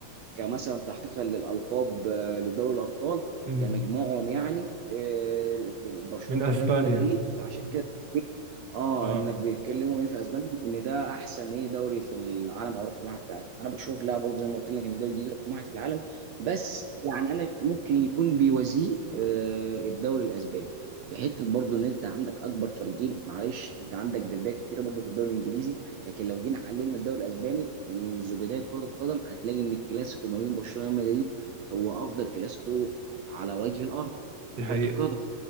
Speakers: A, on the right (about 85°); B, on the right (about 45°).
A: كمثلا تحقيقا للالقاب آه، لدوري الابطال
B: امم
A: كمجموعهم يعني آه، برشلونه
B: من أسبانيا
A: وريال مدريد فعشان كده اه
B: اه
A: انك بيتكلموا ايه في اسبانيا ان ده احسن ايه دوري في العالم او رقم واحد في العالم انا بشوف لا برضه زي ما قلت لك ان الدوري الانجليزي رقم واحد في العالم بس يعني انا ممكن يكون بيوازيه آه الدوري الاسباني في حته برضه ان انت عندك اكبر فريقين معلش انت عندك دبابات كتيره برضه في الدوري الانجليزي لكن لو جينا حللنا الدوري الاسباني منذ بدايه كره القدم هتلاقي ان الكلاسيكو ما بين برشلونه وريال مدريد هو افضل كلاسيكو على وجه الارض لكره
B: دي حقيقة
A: القدم